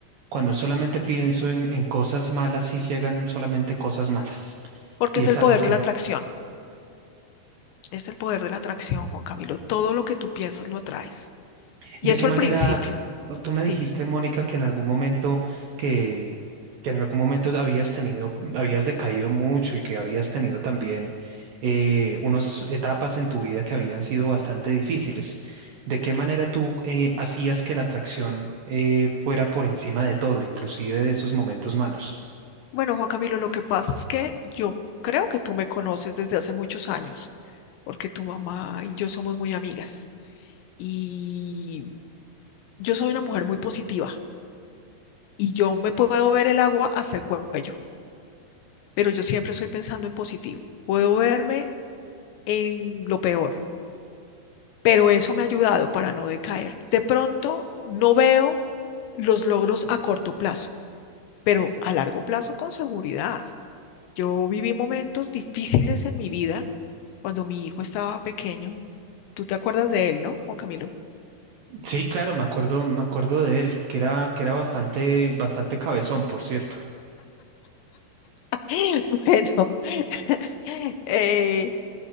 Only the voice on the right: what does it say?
cuando solamente pienso en, en cosas malas, sí llegan solamente cosas malas,
y
es
algo
que
no.
¿De
qué manera
tú me dijiste,
Mónica, que en algún momento que, que en algún momento habías tenido, habías decaído mucho y que habías tenido también eh, unas etapas en tu vida que habían sido bastante difíciles? ¿De qué manera tú eh, hacías que la atracción eh, fuera por encima de todo, inclusive de esos momentos malos?
Sí, claro, me acuerdo, me acuerdo de él, que era, que era bastante, bastante cabezón, por cierto.